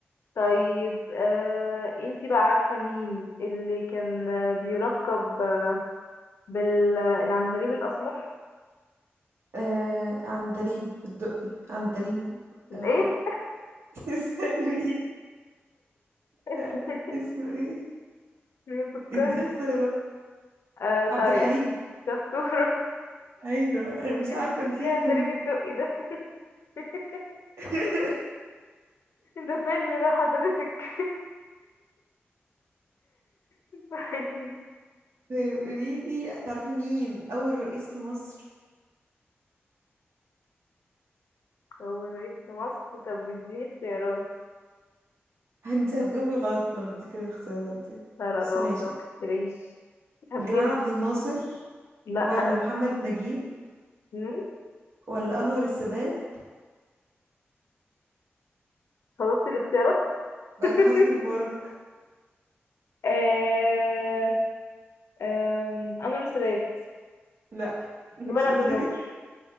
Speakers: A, on the left; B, on the right.
A: طيب آه انتي بقى عارفة مين اللي كان آه، بيركب آه، بالعندليب الأسمر
B: آه عندليب الدقي عندليب آه
A: ايه
B: <laughs> استني
A: <laughs>
B: آه اسمه ايه
A: بيفكر
B: اديه اختيارات
A: آه طيب
B: عبد الحليم
A: دكتور
B: ايوه انا مش عارفه
A: <laughs>
B: نسيته
A: ايه عندليب الدقي ده <laughs>
B: <laughs>
A: ده فيلم ده حضرتك <laughs> طيب
B: طيب قوليلي تعرفي مين أول رئيس لمصر؟
A: هو رئيس مصر طب اديني اختيارات
B: <laughs> انت هتجاوبي غلط لما اديك الاختيارات دي
A: لا لا
B: بس
A: جاوب
B: ماشي
A: لو مكتريش هبهرك
B: جمال عبد الناصر
A: لا
B: ولا محمد نجيب
A: مم،
B: ولا أنور السادات
A: خلصت الاختيارات
B: ولا
A: <laughs>
B: حسني مبارك
A: آه... أم، انور السادات
B: لا <laughs>
A: جمال
B: مش
A: عبد
B: قلتلك
A: الناصر